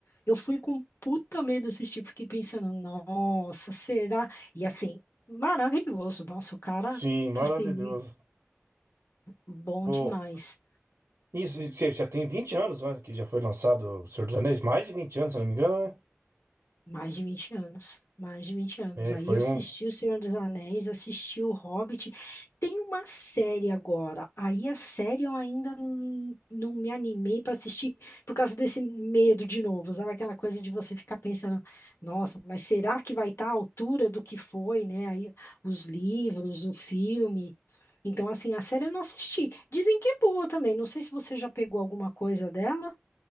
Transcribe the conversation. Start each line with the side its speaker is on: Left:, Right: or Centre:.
Left: eu fui com puta medo assistir, fiquei pensando, nossa, será? E assim, maravilhoso, nossa, o cara,
Right: sim, maravilhoso.
Left: assim, bom
Right: O,
Left: demais.
Right: isso, isso, já tem 20 anos, né, que já foi lançado o Senhor dos Anéis, mais de vinte anos, se não me engano, né?
Left: Mais de 20 anos, mais de 20 anos.
Right: É,
Left: Aí
Right: que foi
Left: eu assisti
Right: um.
Left: O Senhor dos Anéis, assisti O Hobbit. Tem uma série agora. Aí a série eu ainda não, não me animei para assistir por causa desse medo de novo, sabe? Aquela coisa de você ficar pensando, nossa, mas será que vai estar à altura do que foi, né? Aí os livros, o filme. Então, assim, a série eu não assisti. Dizem que é boa também. Não sei se você já pegou alguma coisa dela.